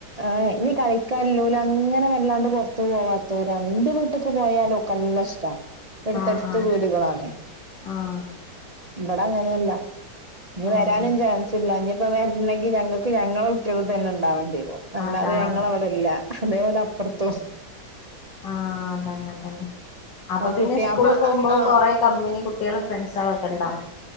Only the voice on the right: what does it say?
ആഹ് കളിക്കാലെല്ലൂല അങ്ങനെ വല്ലാണ്ട് പുറത്തു പോവാത്തവരാണ് എന്റെ വീട്ടേക്ക് പോയാലോ ക്കെല്ല ഇഷ്ടാണ് എടുത്തെടുത്ത്
വീടുകളാണ്
ഇവിടെ അങ്ങനെയല്ല ഇനി
വരാനും ചാൻസില്ല ഇ ഇപ്പം വരണങ്കിൽ ഞങ്ങൾക്ക് ഞങ്ങടെ കുട്ടികൾ തന്നെ ഉണ്ടാവേണ്ടി വരും അല്ലാതെ
ഞങ്ങളെ
അവിടെ ഇല്ല. അതെപ്പോലെ അപ്പുറത്തും.
ആ
കുട്ടി
അപ്പൊ
ആഹ് ആഹ്